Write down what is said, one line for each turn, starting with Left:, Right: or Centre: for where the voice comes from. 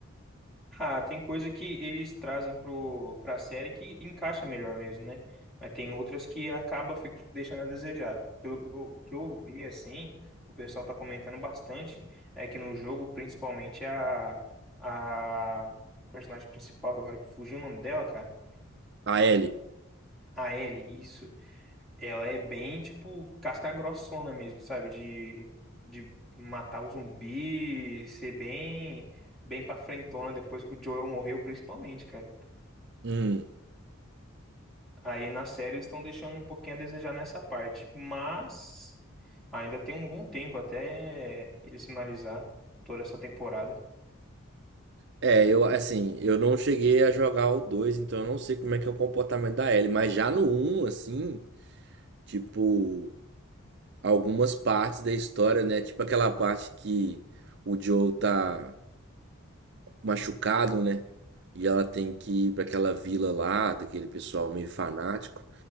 Centre: Ah, tem coisa que eles trazem pro, pra série que encaixa melhor mesmo, né? Mas tem outras que acaba fi- deixando a desejar. Pelo que eu que eu vi, assim, o pessoal tá comentando bastante, é que no jogo, principalmente, a, a personagem principal, que agora fugiu o nome dela, cara.
Right: A Ellie.
Centre: A Ellie, isso. Ela é bem, tipo, casca grossona mesmo, sabe? De, de matar o zumbi, ser bem, bem pra frentona depois que o Joel morreu, principalmente, cara.
Right: Hum.
Centre: Aí na série eles estão deixando um pouquinho a desejar nessa parte. Mas ainda tem um bom tempo até eles finalizar toda essa temporada.
Right: É, eu, assim, eu não cheguei a jogar o 2, então eu não sei como é que é o comportamento da Ellie. Mas já no um, assim, tipo, algumas partes da história, né? Tipo aquela parte que o Joe tá machucado, né? E ela tem que ir para aquela vila lá, daquele pessoal meio fanático.